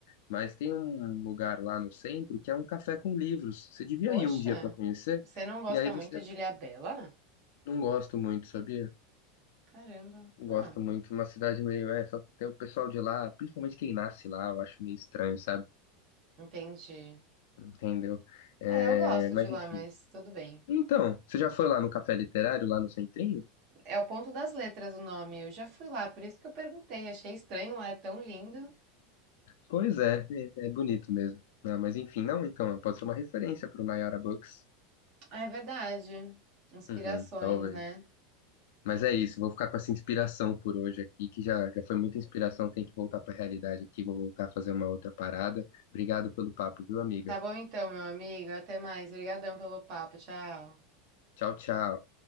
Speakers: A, on the left; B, on the right.
A: mas tem um lugar lá no centro que é um café com livros. Você devia
B: Poxa,
A: ir um dia pra conhecer,
B: você não gosta
A: e aí você
B: muito de Ilhabela?
A: não gosto muito, sabia?
B: Caramba.
A: Não gosto
B: Ah,
A: muito. Uma cidade meio essa, tem o pessoal de lá, principalmente quem nasce lá, eu acho meio estranho, sabe?
B: entendi.
A: Entendeu? É,
B: É, eu gosto
A: mas
B: de lá,
A: enfim.
B: mas tudo bem.
A: Então, você já foi lá no Café Literário, lá no Centrinho?
B: É o ponto das letras o nome. Eu já fui lá, por isso que eu perguntei. Achei estranho lá, é tão lindo.
A: Pois é, é, é bonito mesmo. Ah, mas enfim, não, então, pode ser uma referência pro Nayara Books.
B: É verdade. Inspirações,
A: Uhum, talvez.
B: né?
A: Mas é isso, vou ficar com essa inspiração por hoje aqui, que já, já foi muita inspiração, tem que voltar pra realidade aqui, vou voltar a fazer uma outra parada. Obrigado pelo papo, viu, amiga?
B: Tá bom então, meu amigo. Até mais. Obrigadão pelo papo. Tchau.
A: Tchau, tchau.